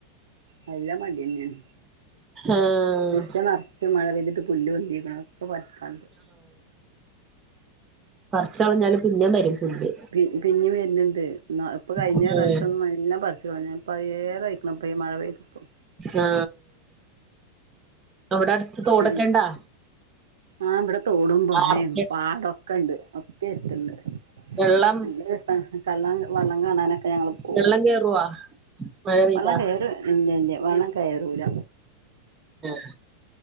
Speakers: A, on the right; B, on the right.
A: നല്ല മട്യന്നെണ്
B: ആഹ്
A: മുറ്റം നെർ ഞ്ഞ് മഴ പെയ്തിട്ട് പുല്ല് പൊന്തിക്ക്ണ് ക്കെ പർക്കാണ്ട്.
B: പർച്ചൾഞ്ഞാലും പിന്നേം വരും പുല്ല്.
A: പി പിന്നേം വെര്ന്ണ്ട്. ന്നാ ഇപ്പൊ കഴിഞ്ഞ
B: ഉം
A: പ്രാവശ്യം ന്നും എല്ലാം പറിച്ച് കളഞ്ഞയാ പഴയെതായിക്കണം പ്പയി മഴെപെയ്തപ്പം.
B: ആഹ്. അവിടെ അടുത്ത് തോടൊക്കെ
A: ഉം
B: ഇണ്ടാ
A: ആഹ് ബടെ തോടും പൊഴയും
B: ആറൊക്കെ
A: പാടൊക്കണ്ട്. ഒക്കെ എര്ത്ത്ണ്ട്
B: വെള്ളം
A: നല്ല രസ കള്ള വള്ളം കാണാനൊക്കെ ഞങ്ങള്. ഓ
B: വെള്ളം കേറുവോ മഴ പെയ്താ
A: വള്ളം കയറു ഇല്ലല്ല വള്ളം കയറൂല.
B: ആഹ്